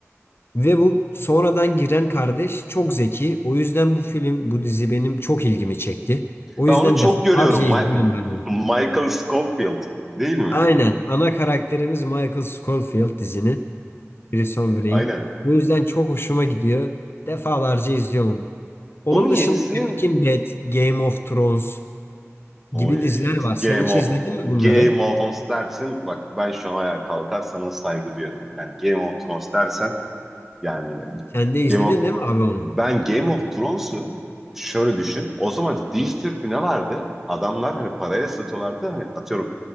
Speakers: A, on the left (about 50°); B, in the centre.
A: Ve bu sonradan giren kardeş çok zeki. O yüzden bu film, bu dizi benim çok ilgimi çekti. O
B: Ben
A: yüzden
B: onu çok
A: defalarca
B: görüyorum.
A: izliyorum
B: Mi-
A: ben onu.
B: <laughs> Michael Scofield değil mi?
A: Aynen. Ana karakterimiz Michael Scofield dizinin. Prison Break'in.
B: <laughs> Aynen.
A: Bu yüzden çok hoşuma gidiyor. Defalarca izliyorum onu. Onun
B: Onun yenisini
A: dışında Breaking Bad, Game of Thrones
B: Oy,
A: gibi diziler var. Sen
B: Game
A: hiç
B: of
A: izledin
B: Game
A: mi bunları?
B: of Thrones dersin. Bak ben şu an ayağa kalkar sana saygı duyarım. Yani Game of Thrones dersen yani
A: Sen de izledin
B: Game of
A: değil mi abi onu?
B: ben Game of Thrones'u şöyle düşün. O zaman Diz Türk ne vardı? Adamlar hani paraya satıyorlardı. Hani atıyorum